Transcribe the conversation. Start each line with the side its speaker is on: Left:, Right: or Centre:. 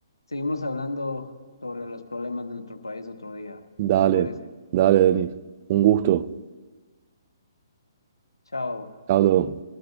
Left: seguimos hablando sobre los problemas de nuestro país otro día.
Right: dale,
Left: ¿Qué te parece?
Right: dale, Denis. Un gusto.
Left: Chao.
Right: Chao. luego.